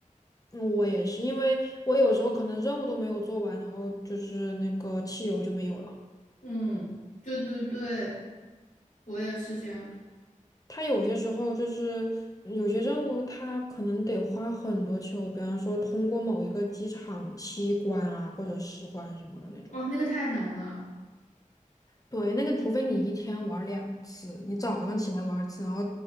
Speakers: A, on the left; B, on the left.
A: 嗯，我也是，因为我有时候可能任务都没有做完，然后就是那个汽油就没有了。
B: 嗯，对对对，我也是这样的
A: 它有些时候就是有些任务，它可能得花很多汽油，比方说通过某一个机场七关啊，或者十关什么的那种。
B: 哦，那个太难了，
A: 对，那个除非你一天玩两次，你早上起来玩一次，然后